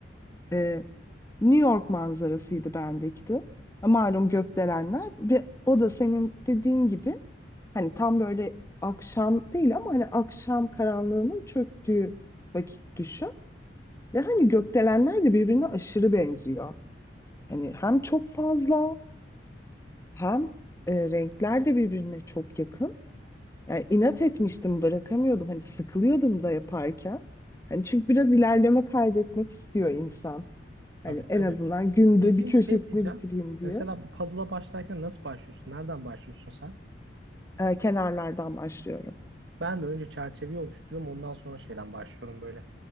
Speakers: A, on the left; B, on the right.
A: E, New York manzarasıydı bendeki de. E, Malum gökdelenler ve o da senin dediğin gibi hani tam böyle akşam değil ama hani akşam karanlığının çöktüğü vakit düşün. Ve hani gökdelenler de birbirine aşırı benziyor. Hani hem çok fazla hem e, renkler de birbirine çok yakın. Yani inat etmiştim bırakamıyordum. Hani sıkılıyordum da yaparken. Hani çünkü biraz ilerleme kaydetmek istiyor insan.
B: Tabii
A: Hani en
B: tabii.
A: azından günde
B: Peki
A: bir köşesini
B: şey diyeceğim.
A: bitireyim diye.
B: Mesela bu puzzle'a başlarken nasıl başlıyorsun? Nereden başlıyorsun sen?
A: E, kenarlardan başlıyorum.
B: Ben de önce çerçeveyi oluşturuyorum. Ondan sonra şeyden başlıyorum böyle.